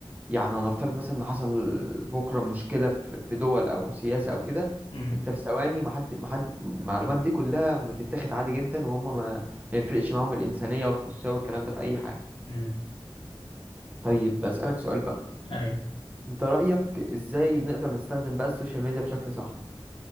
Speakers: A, on the right; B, on the left.
A: يعني هنفترض مثلا ان حصل بكره مشكله في في دول او سياسه او كده
B: امم
A: انت في ثواني ما حد ما حد المعلومات دي كلها بتتاخد عادي جدا وهم ما ما يفرقش معاهم الانسانيه والخصوصيه والكلام ده في اي حاجه
B: امم
A: طيب بسالك سؤال بقى
B: اي
A: انت رايك ازاي نقدر نستخدم بقى السوشيال ميديا بشكل صح